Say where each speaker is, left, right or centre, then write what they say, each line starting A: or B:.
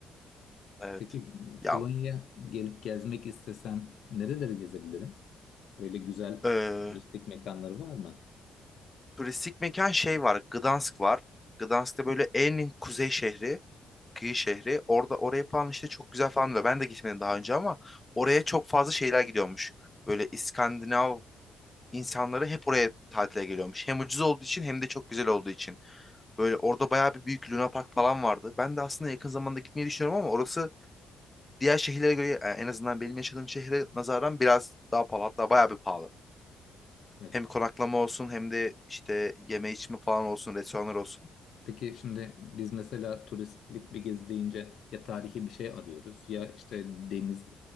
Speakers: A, on the left (about 15°); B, on the left (about 70°).
A: Evet.
B: Peki e,
A: Ya
B: Polonya'ya gelip gezmek istesem nereleri gezebilirim? Böyle güzel
A: eee,
B: turistik mekanları var mı?
A: turistik mekan şey var. Gdansk var. Gdansk'ta böyle en kuzey şehri. Kıyı şehri. Orada oraya falan işte çok güzel falan diyor. Ben de gitmedim daha önce ama oraya çok fazla şeyler gidiyormuş. Böyle İskandinav insanları hep oraya tatile geliyormuş. Hem ucuz olduğu için hem de çok güzel olduğu için. Böyle orada bayağı bir büyük Luna Park falan vardı. Ben de aslında yakın zamanda gitmeyi düşünüyorum ama orası diğer şehirlere göre e, en azından benim yaşadığım şehre nazaran biraz daha pahalı. Hatta bayağı bir pahalı.
B: Evet.
A: Hem konaklama olsun hem de işte yeme içme falan olsun, restoranlar olsun.
B: Peki şimdi biz mesela turistlik bir gezi deyince ya tarihi bir şey arıyoruz ya işte deniz